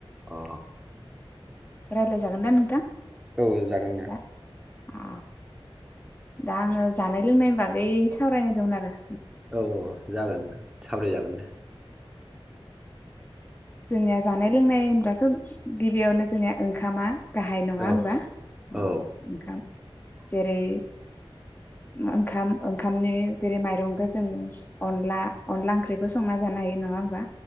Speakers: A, in the centre; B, on the left.
A: अ
B: रायलाय जागोन दा नोंथां?
A: औ जागोन ना।
B: दा अ दा आङो जानाय लोंनायनि बागै सावरायनाय दोमोन आरो?
A: औ औ जागोन। सावराय जागोन दे।
B: जोंनिया जानाय लोंनाय होनब्लाथ' गिबियावनो जोंनिया ओंखामा गाहाय नङा
A: औ
B: होनबा? अ
A: औ
B: ओंखाम जेरै ओंखाम ओंखामनि जेरै माइरंखौ जों अनला, अनला ओंख्रिबो संना जानो हायो नङा होमबा?